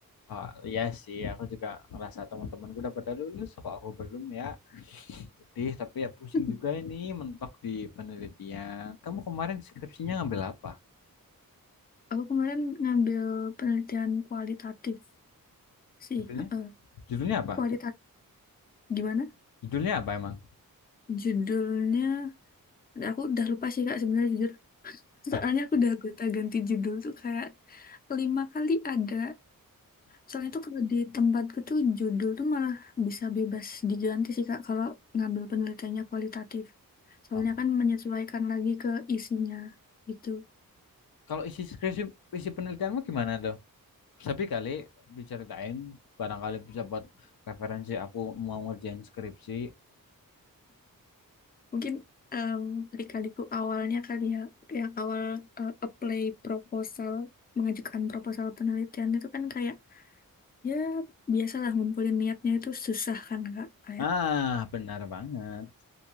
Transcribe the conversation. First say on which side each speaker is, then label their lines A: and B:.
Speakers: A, on the left; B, on the left.
A: Oh, iya sih, aku juga ngerasa teman-temanku udah pada lulus, kok aku belum ya. Sedih, tapi ya pusing
B: <laughs>
A: juga ini mentok di penelitian. Kamu kemarin skripsinya ngambil apa?
B: Aku kemarin ngambil penelitian kualitatif sih.
A: Judulnya?
B: heeh.
A: Judulnya apa?
B: Kualitatif gimana?
A: Judulnya apa emang?
B: Judulnya Dan aku udah lupa sih Kak sebenarnya jujur.
A: Ah,
B: Soalnya aku udah gonta-ganti judul tuh kayak lima kali ada. Soalnya tuh kalau di tempatku tuh judul tuh malah bisa bebas diganti sih Kak kalau ngambil penelitiannya kualitatif. Soalnya
A: oh.
B: kan menyesuaikan lagi ke isinya gitu.
A: Kalau isi skripsi, isi penelitianmu gimana tuh? Tapi kali diceritain, barangkali bisa buat referensi aku mau ngerjain skripsi.
B: Mungkin em adik-adikku awalnya kali ya yang awal eh, apply proposal mengajukan proposal penelitian itu kan kayak ya biasalah ngumpulin niatnya itu susah kan Kak kayak
A: Ah, benar banget.